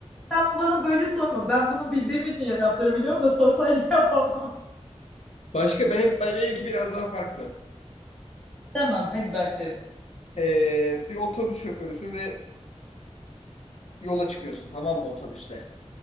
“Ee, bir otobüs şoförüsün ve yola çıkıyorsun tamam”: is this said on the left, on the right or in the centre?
Left